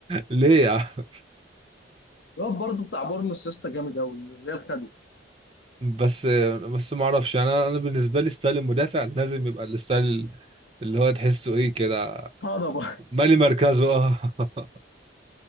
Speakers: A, on the right; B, on the left.
A: ليه يا عم
B: الواد برضه بتاع بورنوس يا اسطى جامد قوي الريال خده
A: بس بس ما اعرفش انا انا بالنسبه لي ستايل المدافع لازم يبقى الستايل اللي هو تحسه ايه كده
B: هضبه
A: مالي مركزه اه <laughs>